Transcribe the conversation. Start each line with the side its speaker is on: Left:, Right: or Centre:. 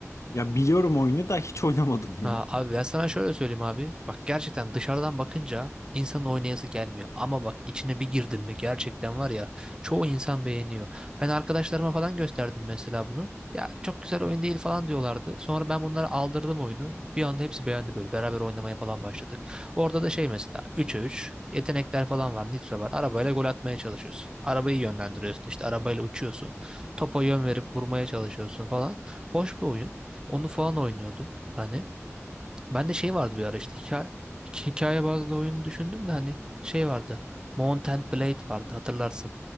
Left: Ya biliyorum oyunu da hiç oynamadım
Right: Ha,
Left: ya.
Right: abi ben sana şöyle söyleyeyim abi. Bak gerçekten dışarıdan bakınca insanın oynayası gelmiyor. Ama bak içine bir girdin mi gerçekten var ya çoğu insan beğeniyor. Ben arkadaşlarıma falan gösterdim mesela bunu. Ya çok güzel oyun değil falan diyorlardı. Sonra ben bunlara aldırdım oyunu. Bir anda hepsi beğendi böyle. Beraber oynamaya falan başladık. Orada da şey mesela 3'e 3 yetenekler falan var. Nitro var. Arabayla gol atmaya çalışıyorsun. Arabayı yönlendiriyorsun işte arabayla uçuyorsun. Topa yön verip vurmaya çalışıyorsun falan. Hoş bir oyun. Onu falan oynuyordum. Hani ben de şey vardı bir ara işte hikaye, iki hikaye bazlı oyunu düşündüm de hani şey vardı. Mount and Blade vardı hatırlarsın.